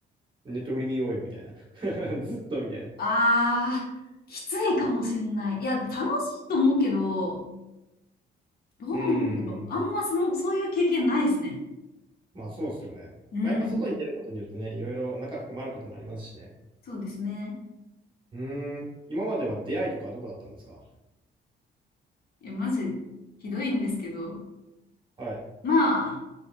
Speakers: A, on the right; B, on the left.
A: ネットフリ見ようよ、みたいな。<laughs> ずっとみたいな。
B: あー、きついかもしんない。いや、楽しいと思うけど、どうなんだろう。
A: うん。
B: あんまその、そういう経験ないですね。
A: まあ、そうですよね。
B: うん。
A: まあ、やっぱ外に出ることによってね、いろいろ中含まることもありますしね。
B: そうですね。
A: うん。今までは出会いとかはどこだったんですか
B: いや、マジ、ひどいんですけど、
A: はい。
B: まあ、